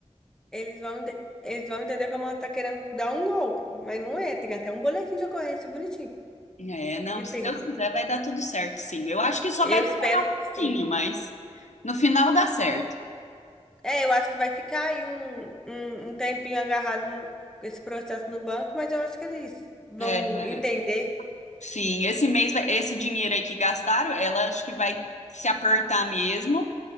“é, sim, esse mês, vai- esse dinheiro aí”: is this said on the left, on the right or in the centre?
Left